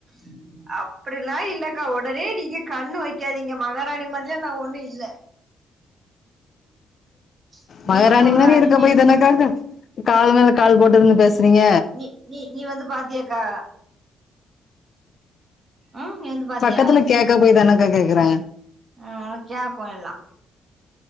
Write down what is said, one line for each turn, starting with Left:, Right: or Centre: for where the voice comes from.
Right: <inaudible> அப்டிலா இல்லக்கா உடனே நீங்க கண்ணு வைக்காதீங்க மகாராணி மாதிரிலா நா ஒண்ணு இல்ல <unintelligible>
Left: மகராணி
Right: வீட்ல ஒரு
Left: மாரி
Right: அடிமை
Left: இருக்கப்போய் தனக்கா அங்கு கால்ல மேல கால் போட்டு இருந்து பேசுறீங்க
Right: நீ நீ நீ வந்து பாத்தியாக்கா ம் நீ வந்து பாத்தியா
Left: பக்கத்துல கேக்க போய் தானக்கா கேக்குறே
Right: ஆ உனக்யா கொயல்லா